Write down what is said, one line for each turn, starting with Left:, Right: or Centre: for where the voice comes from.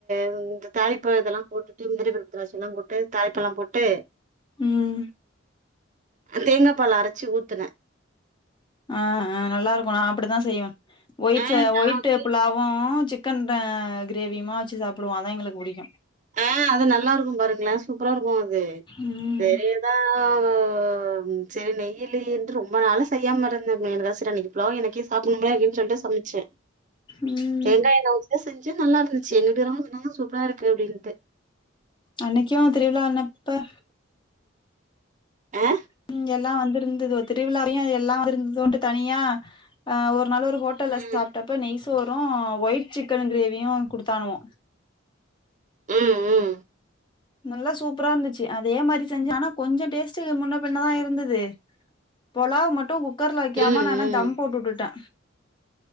Right: ட்டு இந்த தாலிப்ப இதெல்லா போட்டுட்டு முந்திரி பருப்பு திராட்சை எல்லா போட்டு தா ளிப்பலாம் போட்டு
Left: ம்
Right: தேங்கா பால அரைச்சு ஊத் த்துன
Left: ஆஹ் ஹ நல்லா இருக்கு நா அப்படிதா செய்வ ஒயிட்ஸ்
Right: ஆ நா
Left: ஒயிட்டு
Right: வந்து
Left: புலாவு சிக்கன்தா கிரேவிமாச்சு சாப்பிடுவே அதா எங்களுக்கு பிடிக்கும்
Right: ஆஹ் அது நல்லா இருக்கும் பாருங்களன் சூப்பரா இருக்கும் அது
Left: ம்
Right: பெரியதான் சரி நெய்யலி என்று ரொம்ப நாள செய்யாம இருந்தே <unintelligible> எனக்கு சாப்பிடணுமே அப்படின்னு சொல்லிட்டு சமைச்சே
Left: ம்
Right: தேங்காயை நா உச்ச செஞ்சு நல்லா இருந்துச்சு எங்கிட்டட்டு இருவங்க என்னும் சூப்பரா இருக்கு அப்படின்னு
Left: அன்னைக்கே திருவிழா என்னப்ப
Right: அஹ
Left: உம் எல்லாம் வந்திருந்தது திருவிழாவையும் எல்லாம் வ இருந்ததோ தனியா ஆஹ் ஒரு னால ஒரு ஹோட்டல்ல
Right: ம்
Left: சாப்பிட்டப்ப நைஸ் போறோ ஒயிட் சிக்கன் கிரேவியும் குடுத்தாங்கோ
Right: உம் உம்
Left: நல்லா சூப்பரா இருந்துச்சு அதே மாரி செஞ்ச ஆனா கொஞ்சம் டேஸ்ட் முன்ன பின்னதா இருந்தது பொலாவ் மட்டும் குக்கர்ல வைக்காம
Right: ம் ம்
Left: நானா
Right: ம்
Left: தம் போட்டு விட்டுட்டே